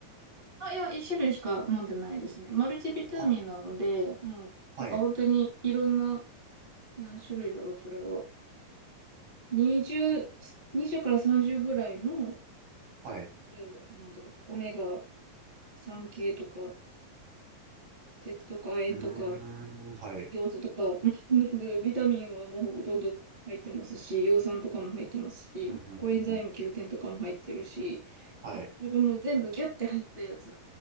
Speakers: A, on the right; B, on the right.
A: あ、いや、一種類しか飲んでないですね。マルチビタミンなので、
B: あ、
A: うん。
B: はい、
A: なんか本当にいろんな、何種類だろう、これは。20、20から30ぐらいの、
B: はい。
A: 例えば、なんだろう、オメガ3系とか、鉄とか亜鉛とか、
B: うーん、はい。
A: ヨウ素とか、<laughs> なんだろうビタミンはもうほとんど入ってますし、葉酸とかも入ってますし、
B: うんうんうんうん
A: コエンザイム Q10 とかも入ってるし、
B: はい。
A: なんかそれがもう全部ギュッて入ったやつ